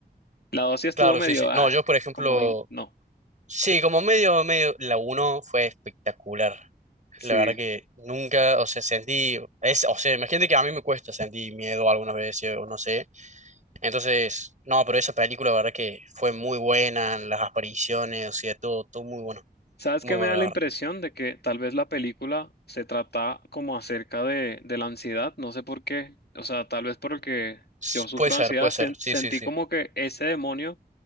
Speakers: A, on the left; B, on the right.
A: La 2 sí estuvo
B: Claro,
A: medio,
B: sí, sí.
A: ah,
B: No, yo, por ejemplo,
A: como, in- no,
B: Sí, como medio, medio, la uno fue espectacular.
A: sí.
B: La verdad que nunca, o sea, sentí, es, o sea, imagínate que a mí me cuesta sentir miedo algunas veces, o no sé. Entonces, no, pero esa película, la verdad que fue muy buena, las apariciones, o sea, todo, todo muy bueno,
A: ¿Sabes
B: muy
A: qué
B: bueno,
A: me da
B: la
A: la
B: verdad.
A: impresión de que tal vez la película se trata como acerca de, de la ansiedad? No sé por qué. O sea, tal vez porque
B: S-
A: yo sufro
B: Puede ser,
A: ansiedad,
B: puede ser,
A: sen-
B: sí,
A: sentí
B: sí, sí.
A: como que ese demonio